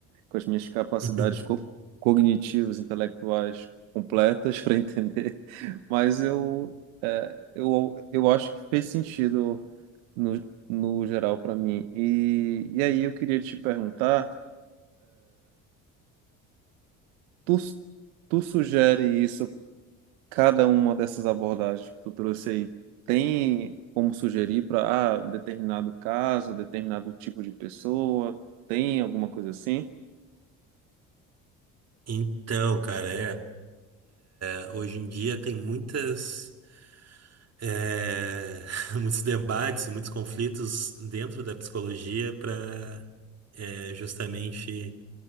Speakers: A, on the right; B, on the right.
A: com as minhas capacidades
B: <laughs>
A: co cognitivas, intelectuais completas para entender, <laughs> mas eu, é, eu, eu acho que fez sentido no, no geral para mim. E, e aí eu queria te perguntar, tu, tu sugere isso, cada uma dessas abordagens que tu trouxe aí, tem como sugerir para ah, determinado caso, determinado tipo de pessoa, tem alguma coisa assim?
B: Então, cara, é, é, hoje em dia tem muitas, é, <laughs> muitos debates e muitos conflitos dentro da psicologia para justamente